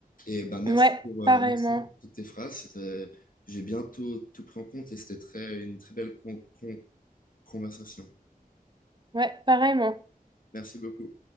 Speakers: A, on the left (about 65°); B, on the right (about 30°).
A: Et bah, merci
B: Ouais,
A: pour, euh,
B: pareillement.
A: merci pour toutes tes phrases. C'était- J'ai bientôt tout, tout pris en compte et c'était très, une très belle con- con- conversation.
B: Ouais, pareillement.
A: Merci beaucoup.